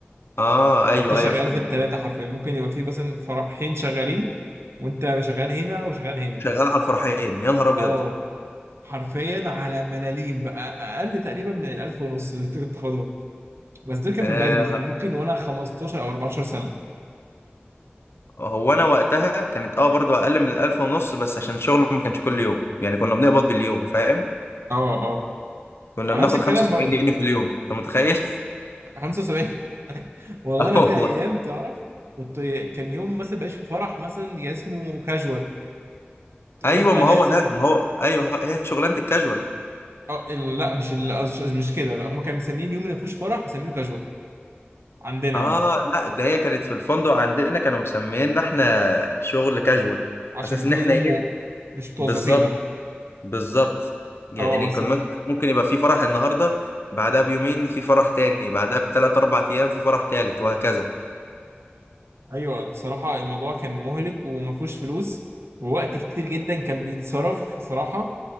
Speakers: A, on the left (about 65°); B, on the right (about 75°).
A: اه ايوه
B: فانت شغال
A: ايوه فهمت
B: في الثلاثه حرفيا ممكن يبقى في مثلا فرحين شغالين وانت شغال هنا وشغال هنا
A: شغال على الفرحين يا نهار ابيض
B: اه حرفيا على ملاليم بقى اقل تقريبا من الالف ونص اللي انت كنت تاخدهم بس دول كان
A: آه
B: من بدري كان ممكن وانا 15 او 14 سنه
A: هو انا وقتها كانت اه برضو اقل من الالف ونص بس عشان الشغل ما كانش كل يوم يعني كنا بنقبض باليوم فاهم
B: اه اه
A: كنا
B: على
A: بناخد
B: نفس الكلام
A: 75
B: برضه
A: جنيه في اليوم انت متخيل <laughs>
B: 75 <laughs> والله
A: اه
B: انا في
A: والله
B: ايام تعرف كنت كان يوم مثلا بقاش في فرح مثلا يا اسمه كاجوال تقوم
A: ايوه
B: انت
A: ما
B: نازل
A: هو ده ما هو ايوه هو- هي شغلانة الكاجوال
B: أو ال- لا مش ال- آه، مش مش كده لا هم كانوا مسميين يوم اللي ما فيهوش فرح مسمينه كاجوال عندنا
A: اه
B: يعني
A: لا ده هي كانت في الفندق عندنا كانوا مسمينا احنا شغل كاجوال
B: عشان
A: اساس
B: بتيجوا
A: ان احنا
B: يوم
A: ايه
B: مو- مش متوظفين
A: بالظبط
B: يعني
A: بالظبط يعني
B: اه بس
A: كان ممكن ممكن يبقى في فرح النهارده بعدها بيومين في فرح تاني بعدها بثلاث اربع ايام في فرح تالت وهكذا
B: ايوه بصراحه الموضوع كان مهلك وما فيهوش فلوس ووقت كتير جدا كان بيتصرف بصراحه